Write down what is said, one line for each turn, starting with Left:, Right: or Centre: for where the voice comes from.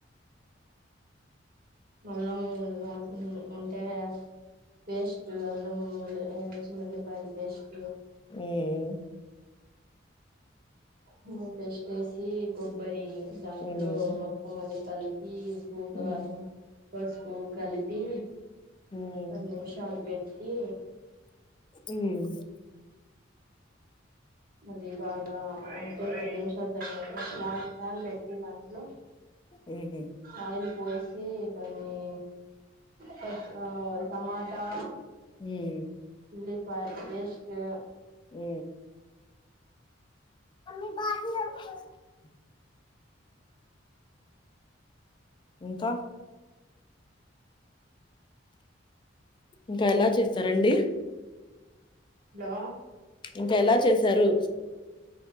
Right: అల్లం ఆమ్ అంటే పేస్ట్ అల్లం ఉల్ ఉల్లిపాయల పేస్ట్
Left: హ్మ్
Right: మ్మ్ పేస్ట్ వేసి కొబ్బరి దాంట్లో
Left: హ్మ్.
Right: మొత్తం మళ్ళీ తలిపి పూ కారం
Left: హ్మ్.
Right: పసుపు కలిపి
Left: హ్మ్.
Right: పది నిమిషాలు పెట్టి
Left: హ్మ్.
Right: అది బాగా అంటే పది నిమిషాల తరువాత ప్లాల్ పాల్ పెట్ దాంట్లో
Left: హుహు.
Right: ఆయిల్ పోసి కొన్ని కట్ టమాటా
Left: హ్మ్.
Right: ఉల్లి పెస్ట్ <unintelligible>
Left: ఏ మమ్మీ <unintelligible> ఇంకా ఇంకా ఎలా చేస్తారండి
Right: హలో
Left: ఇంకా ఎలా చేశారు